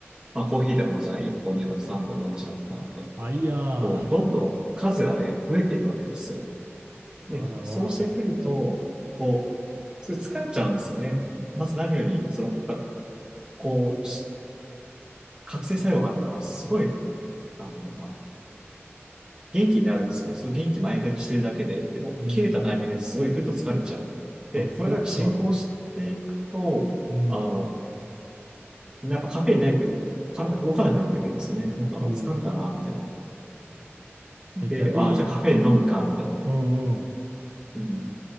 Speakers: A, on the right (about 20°); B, on the right (about 60°).
A: まあコーヒーとかもじゃあ1本二本三本飲んじゃうとか、
B: あ、いやー。
A: こう、どんどん数がね、増えていくわけですよ。
B: あらまあ。
A: で、そうしてくると、こう、それ疲れちゃうんですよね。まず何より、その、やっぱこう、し覚醒作用があるから、すごい、なんていうのかな。元気になるんですけど、その元気前借りしてるだけで、でも切れたタイミングですごいぐっと疲れちゃう。
B: うんうん。
A: で、
B: あ、
A: これが進行していくと、
B: そうか。うん。
A: あの、やっぱカフェインないと体が動かなくなってくるんですよね。なんかあ疲れたな、
B: もう。
A: みたいな。で、
B: え、逆に、
A: あ、じゃあカフェイン飲むか、みたいな。
B: うんうん。
A: うん。